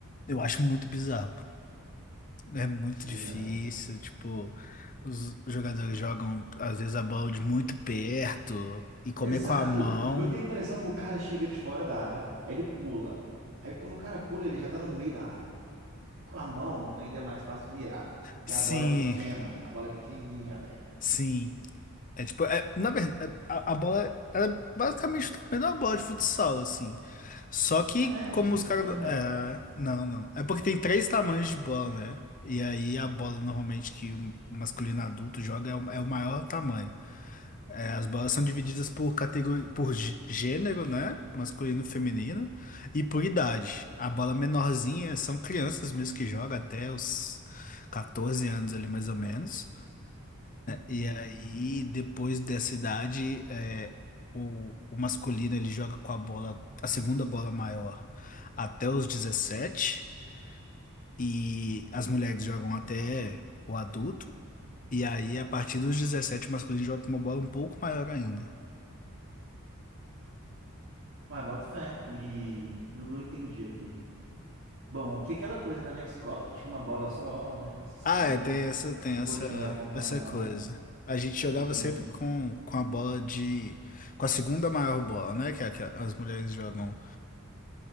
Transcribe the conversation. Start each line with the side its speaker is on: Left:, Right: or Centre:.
Left: Eu acho muito bizarro. É muito
Right: Pois
Left: difícil.
Right: é.
Left: Tipo, os jogadores jogam, às vezes, a bola de muito perto. E comer
Right: Exato.
Left: com a mão.
Right: Edu. Eu tenho a impressão que o cara chega de fora da área, aí ele pula. Aí quando o cara pula, ele já tá no meio da área. E com a mão ainda é mais fácil mirar. E
Left: Sim,
Right: a bola é pequena, a bola é pequenininha, velho.
Left: sim. É tipo, é, na verdade, a, a bola, ela é basicamente o tamanho de uma bola de futsal, assim. Só que
Right: É mesmo?
Left: como os
Right: Achei
Left: caras.
Right: que era menor.
Left: É, não, não. É porque tem três tamanhos de bola, né? E aí a bola normalmente que o masculino adulto joga é o, é o maior tamanho. É, as bolas são divididas por categoria, por gê- gênero, né? Masculino, feminino, e por idade. A bola menorzinha são crianças mesmo que jogam até os 14 anos ali mais ou menos. E
Right: Hum.
Left: aí, depois dessa idade, é, o, o masculino ele joga com a bola, a segunda bola maior, até os 17 e as mulheres jogam até o adulto, e aí, a partir dos 17 o masculino joga com uma bola um pouco maior ainda.
Right: Mas bota fé. E não, não entendi aqui. Bom, é porque aquela coisa, né? Na escola tinha uma bola só, né? Esse esquema.
Left: Ah, é, tem essa, tem
Right: não
Left: essa,
Right: continuei acompanhando,
Left: essa coisa. A gente
Right: aí
Left: jogava
Right: eu não.
Left: sempre com, com a bola de. com a segunda maior bola, né? Que, é a que as mulheres jogam